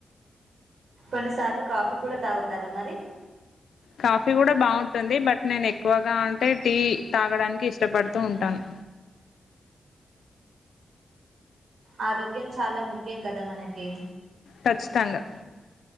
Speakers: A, on the right; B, on the left.
A: కొన్ని సార్లు కాఫీ కూడా తాగుతారా మరి?
B: కాఫీ కూడా బాగుంటుంది బట్, నేను ఎక్కువగా అంటే టీ తాగడానికి ఇష్టపడుతూ ఉంటాను.
A: ఆరోగ్యం చాలా ముఖ్యం కదా మనకి
B: కచ్చితంగా